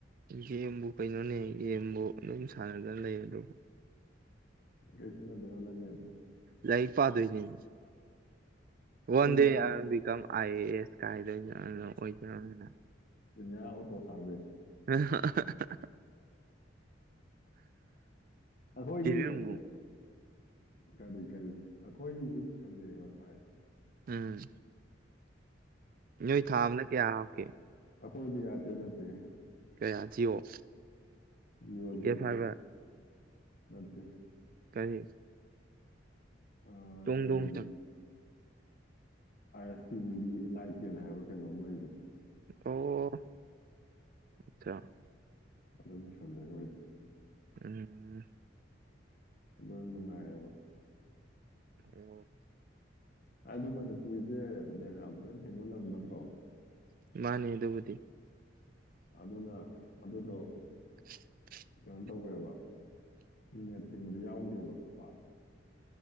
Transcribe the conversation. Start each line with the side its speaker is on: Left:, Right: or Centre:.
Right: ꯒꯦꯝꯕꯨ ꯀꯩꯅꯣꯅꯦ ꯒꯦꯝꯕꯨ ꯑꯗꯨꯝ ꯁꯥꯟꯅꯗꯅ ꯂꯩ ꯑꯗꯨꯕꯨ
Left: ꯀꯁꯤꯅꯗꯦꯒ ꯅꯅꯦꯦꯠꯇ
Right: ꯂꯥꯏꯔꯤꯛ ꯄꯥꯗꯣꯏꯁꯤꯅꯦ
Left: ꯑꯩꯈꯣꯏꯁꯨ
Right: ꯋꯥꯟ ꯗꯦ
Left: I
Right: ꯑ become I A S ꯀꯥꯏꯗꯣꯏ ꯑꯣꯏꯗꯣꯏꯅꯤꯅ
Left: ꯏꯅꯦꯌꯥ ꯑꯣꯇꯣ ꯁꯔꯚꯤꯁꯁ
Right: <inaudible>
Left: ꯑꯩꯈꯣꯏꯒꯤ
Right: ꯄꯤꯕꯤꯔꯝꯃꯨ
Left: ꯀꯔꯤ ꯀꯔꯤ ꯑꯩꯈꯣꯏꯒꯤꯁꯨ ꯄꯨꯁꯜꯂꯦ ꯋꯥꯏ ꯐꯥꯏ
Right: ꯎꯝ ꯅꯣꯏ ꯊꯥꯕꯅ ꯀꯌꯥ ꯍꯥꯞꯀꯦ
Left: ꯍꯣꯏꯗꯤ ꯌꯥꯗꯦ ꯅꯠꯇꯦ
Right: ꯀꯌꯥ ꯖꯤꯑꯣ
Left: ꯋꯥꯗ
Right: ꯑꯦꯐ ꯍꯥꯏꯕ
Left: ꯃꯠꯇ
Right: ꯀꯔꯤ
Left: ꯑꯥ
Right: ꯇꯣꯡꯗꯣꯡꯇꯪ
Left: ꯀꯔꯤ ꯑꯥꯏ ꯑꯦꯁ ꯇꯤꯚꯒꯤ ꯂꯥꯏ ꯇꯦꯟ ꯍꯥꯏꯕ ꯀꯩꯅꯣꯝ ꯂꯩꯕꯅꯦ
Right: ꯑꯣ ꯑꯆꯥ
Left: ꯑꯗꯨ ꯑꯗꯨꯕꯨ ꯁꯗꯦ ꯑꯣꯏꯣꯏꯗꯦ
Right: ꯎꯝ
Left: ꯑꯗꯨ ꯅꯨꯡꯉꯥꯏꯕ
Right: ꯑꯣꯝ
Left: ꯍꯥꯏꯗꯤ ꯃꯅꯤꯄꯨꯔꯤꯁꯦꯅꯦ ꯌꯥꯝ ꯂꯣꯏꯅ ꯊꯦꯡꯕ ꯂꯝ ꯅꯠꯇ꯭ꯔꯣ
Right: ꯃꯥꯅꯦ ꯑꯗꯨꯕꯨꯗꯤ
Left: ꯑꯗꯨꯅ ꯑꯗꯨꯗꯣ
Right: <inaudible>
Left: ꯀꯩꯅꯣ ꯇꯧꯋꯦꯕ ꯅꯦꯠ ꯊꯤꯡꯕꯗ ꯌꯥꯎꯗꯦꯕ ꯄꯥꯛ